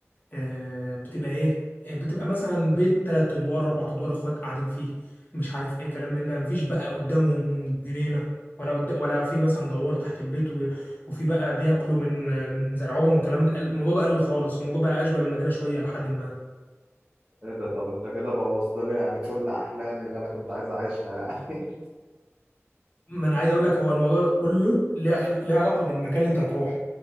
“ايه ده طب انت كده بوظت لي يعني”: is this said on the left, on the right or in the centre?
Right